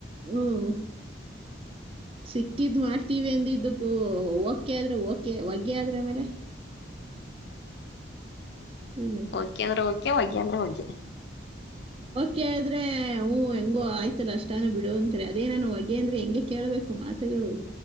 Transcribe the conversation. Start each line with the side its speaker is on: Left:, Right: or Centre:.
Right: ಹ್ಮ್ ಸಿಕ್ಕಿದ್ ಮಾಡ್ತೀವಿ ಅಂದಿದ್ದ ಪು ಓಕೆ ಆದ್ರೆ ಓಕೆ ಒಗ್ಗೆ ಆದ್ರಮೇಲೆ ಹ್ಮ್
Left: ಓಕೆ ಅಂದ್ರೆ ಓಕೆ ಹಗೆ ಅಂದ್ರೆ ಹಗೆ
Right: ಕಿದ್ರೆ ಹ್ ಹೆಂಗೋ ಆಯ್ತಲ್ಲ ಅಷ್ಟಾನ ಬಿಡು ಅಂತಾರೆ ಅದೇ ನಾನು ಹೊಗೆ ಅಂದ್ರೆ ಹೆಂಗಗೆ ಕೇಳ್ಬೇಕು ಕಕು ಮಾತಗಳು